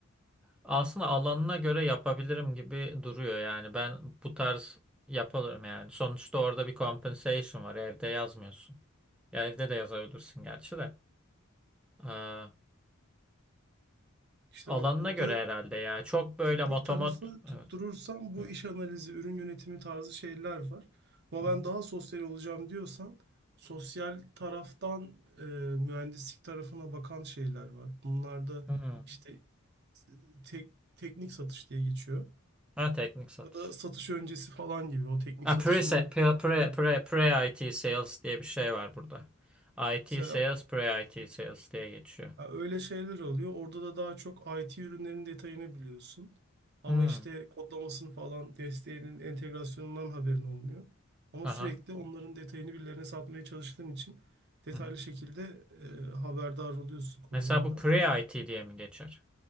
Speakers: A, in the centre; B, on the right.
A: Aslında alanına göre yapabilirim gibi duruyor yani. Ben bu tarz yaparım yani. Sonuçta orada bir compensation var. Evde yazmıyorsun. Ya evde de yazabilirsin gerçi de. Ee,
B: İşte
A: alanına
B: bak burada
A: göre herhalde ya. Çok böyle
B: teknik
A: motomot...
B: tarafı tutturursam
A: Evet.
B: bu
A: evet.
B: iş analizi, ürün yönetimi tarzı şeyler var. Ama
A: Hı hı.
B: ben daha sosyal olacağım diyorsan sosyal taraftan e, mühendislik tarafına bakan şeyler var. Bunlarda
A: Hı.
B: işte tek, teknik satış diye geçiyor.
A: Ha teknik satış.
B: Ya da satış öncesi falan gibi o teknik
A: Ha,
B: satışın
A: pre,
B: olduğu
A: pre,
B: yerler
A: pre,
B: oluyor.
A: pre, pre IT sales diye bir şey var burada. IT
B: Mesela
A: sales, pre IT sales diye geçiyor.
B: ya öyle şeyler oluyor. Orada da daha çok IT ürünlerin detayını biliyorsun. Ama
A: Hı.
B: işte kodlamasını falan, desteğinin, entegrasyonundan haberin olmuyor. Ama
A: Aha.
B: sürekli onların detayını birilerine satmaya çalıştığın için detaylı
A: Hı hı.
B: şekilde e, haberdar oluyorsun konulardan.
A: Mesela bu pre IT diye mi geçer?